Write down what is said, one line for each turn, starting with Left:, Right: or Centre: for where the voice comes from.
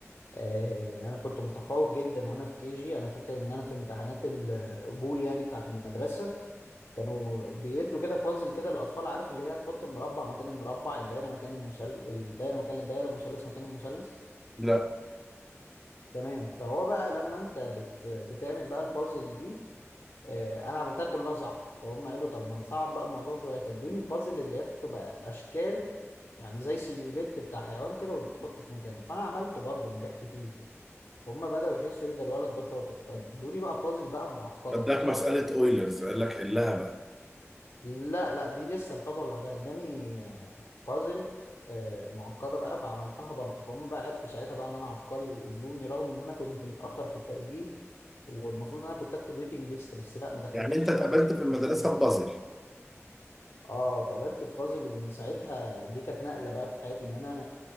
Left: آه انا كنت متفوق جدا وانا في كيجي انا فاكر ان انا في امتحانات القبول يعني بتاعت المدرسه كانوا بيدوا كده بازل كده للاطفال عارف اللي هي تحط المربع مكان المربع الدايره مكان المثلث الدايره مكان الدايره المثلث مكان المثلث
Centre: لا
Left: تمام فهو بقى لما انت بت... بتعمل بقى البازل دي آه، انا عملتها كلها صح فهم قالوا طب ما نصعب بقى الموضوع شويه فادوني البازل اللي هي بتبقى اشكال يعني زي سيليوليت بتاع حيوان كده وتحطه في مكانه فانا عملته برضه ونجحت فيه فهم بدأوا يحسوا ايه ده الولد ده شاطر فادوني بقى بازل بقى معقده
Centre: بدك مساله اويلرز قال لك حلها بقى
Left: لا لا دي لسه الخطوة اللي بعدها اداني آه، بازل آه، معقدة بقى فعملتها برضه فهم بقى عرفوا ساعتها بقى ان انا عبقري وقبلوني رغم ان انا كنت متأخر في التقديم والمفروض ان انا كنت ادخل ويتنج ليست بس لا ما دخلونيش
Centre: يعني انت اتقابلت
Left: بقى ودخلت
Centre: في المدرسه
Left: على طول
Centre: ببازل
Left: اه اتقبلت ببازل ومن ساعتها دي كانت نقلة بقى في حياتي ان انا